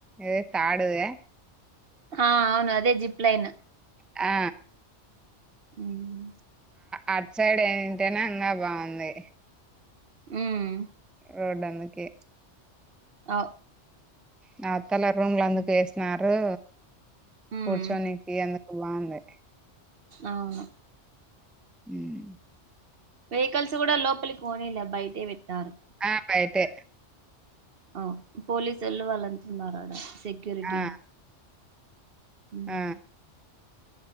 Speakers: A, in the centre; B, on the right (about 55°).
A: ఏద తాడిదా
B: ఆ అవును అదే జిప్లైన్
A: ఆ
B: హ్మ్మ్
A: అట్ సైడ్ ఏంటేనే ఇంగా బాగుంది
B: హ్మ్మ్
A: రోడ్ అందుకే
B: అవ్
A: నా అత్తల రూమ్ల అందుకు ఏసన్నారు
B: ఉమ్
A: కూర్చోడానికి ఎందుకు వాందే
B: అవును
A: ఉమ్
B: వెహికల్స్ కూడా లోపలికి పోనీలే బయటే పెట్టినారు
A: ఆ బయిటే
B: ఆ పోలీసోల్లు వాళ్ళంతా వున్నారాడ సెక్యూరిటీ
A: ఆ
B: ఉమ్
A: ఆ